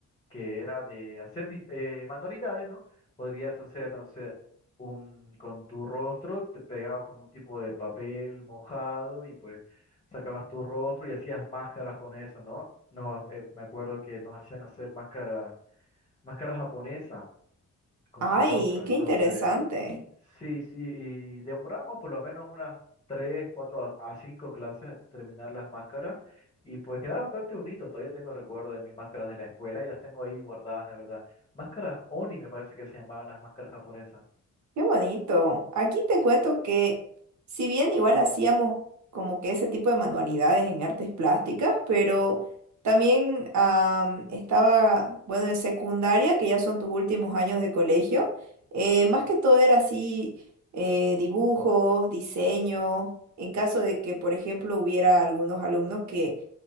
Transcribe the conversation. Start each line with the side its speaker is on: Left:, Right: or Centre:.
Left: que era de hacer dis- eh, manualidades, ¿no? Podrías hacer, no sé, un, con tu rostro, te pegabas como un tipo de papel mojado y pues sacabas tu rostro y hacías máscaras con eso, ¿no? No, eh, me acuerdo que nos hacían hacer máscaras, máscaras japonesas con
Right: Ay,
Left: tu rostro, entonces
Right: qué interesante.
Left: Sí, sí, y demoramos por lo menos unas 3 4 a a 5 clases a terminar las máscaras y pues queda bastante bonito, todavía tengo recuerdo de mis máscaras de la escuela y las tengo ahí guardadas, la verdad. Máscaras Oni me parece que se llamaban las máscaras japonesas.
Right: Qué bonito. Aquí te cuento que si bien igual hacíamos como que ese tipo de manualidades en artes plásticas, pero también am, estaba, bueno, en secundaria, que ya son tus últimos años de colegio, eh, más que todo era así eh, dibujos, diseño, en caso de que, por ejemplo, hubiera algunos alumnos que